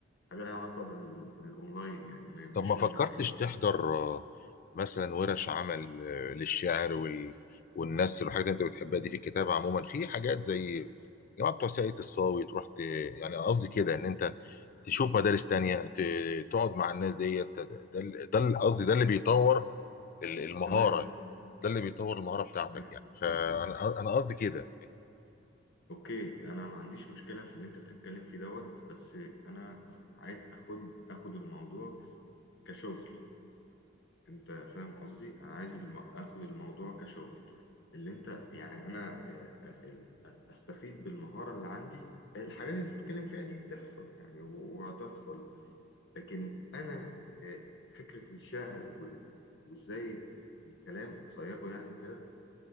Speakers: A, on the left; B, on the left.
A: حاجة لها علاقة بال- بالاونلاين يعني ما يبقاش
B: طب ما فكرتش
A: من مكان يبقى
B: تحضر آه، مثلا ورش عمل آه، للشعر وال والنثر والحاجات اللي انت بتحبها دي في الكتابه عموما في حاجات زي جماعه بتوع ساقية الصاوي تروح ت... يعني قصدي كده ان انت تشوف مدارس تانية ت... تقعد مع الناس ديت ده ده ال- ده- ال- قصدي ده اللي بيطور ال- المهارة
A: تمام
B: ده اللي بيطور المهارة بتاعتك
A: تمام
B: يعني فانا انا قصدي كده
A: اوكي انا ما عنديش مشكله في اللي انت بتتكلم فيه دوت بس انا بخ- عايز اخد اخد الموضوع كشغل انت فاهم قصدي انا عايز الم... اخد الموضوع كشغل اللي انت يعني انا آه، آه، ال- آه، استفيد بالمهارة اللي عندي الحاجات اللي انت بتتكلم فيها دي بتحصل يعني و- وهتحصل لكن انا آه، فكرة الشعر وال... وازاي ال- الكلام اصيغه يعني وكده